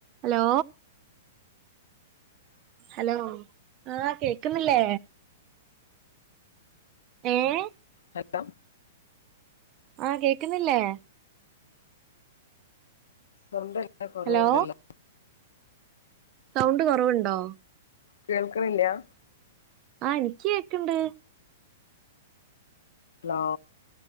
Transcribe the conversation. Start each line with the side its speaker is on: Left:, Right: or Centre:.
Right: hello hello ആഹ് കേക്ക്ന്ന്ല്ലേ ഏഹ്
Left: ഹലാേ
Right: ആഹ് കേക്ക്ന്നില്ലേ
Left: സൗണ്ടല്ല കാെറവ്ണ്ടല്ലോ
Right: ഹലോ സൗണ്ട് കാെറവ്ണ്ടോ
Left: കേൾക്ക്ണില്ല്യാ
Right: ആഹ് ഇൻക്കി കേക്ക്ണ്ട്
Left: ലോ